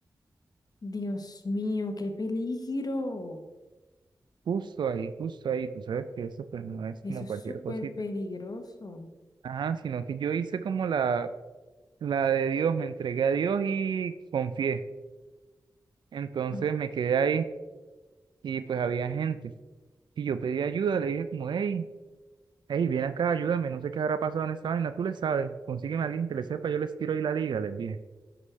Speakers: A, on the left; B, on the right.
A: Dios mío, qué peligro.
B: Justo ahí, justo ahí, tú sabes que eso pues no es como
A: Eso es
B: cualquier
A: súper
B: cosita.
A: peligroso.
B: Ajá, sino que yo hice como la, la de Dios, me entregué a Dios y confié. Entonces
A: Ah,
B: me quedé ahí y pues había gente. Y yo pedí ayuda, le dije como, hey, hey, ven acá, ayúdame, no sé qué habrá pasado en esta vaina, tú le sabes, consígueme a alguien que le sepa, yo les tiro ahí la liga, les dije.